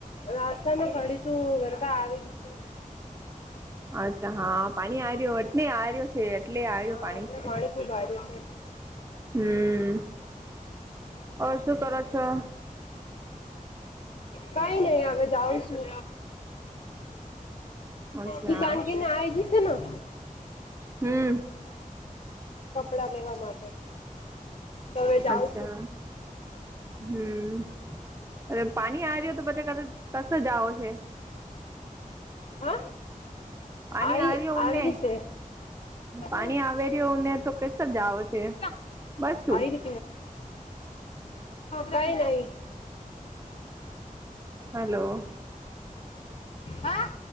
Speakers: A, on the left; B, on the right.
A: રાસ્તા માં ખડી તું ઘરકા આવી છે.
B: અચ્છા હા પાણી આયું એટને આ્યો છે. એટલે આર્યો
A: હા
B: પાણી
A: એટલે
B: છે
A: માણ કોઈ ભાર્યું છે.
B: હમ ઓર શું કરો છો?
A: <inaudible> કઈ નઈ હવે જાઉં છું.
B: અચ્છા
A: દુકાન કેને આ આવી જશે ના.
B: હમ
A: કપડા લેવા માટે. તો હવે જાઉં
B: અચ્છા.
A: છું
B: હમ અરે પાણી આ્યું તો પછી ક કશે જાઓ છે.
A: હા
B: પાણી
A: આવી
B: આર્યો
A: આવી
B: ઉને
A: રીશે.
B: પાણી
A: ચલો
B: આવેર્યો ને તો કસ જાઓ છે
A: <unintelligible>
B: બસ શું
A: <unintelligible> કઈ નઈ.
B: હલો.
A: હા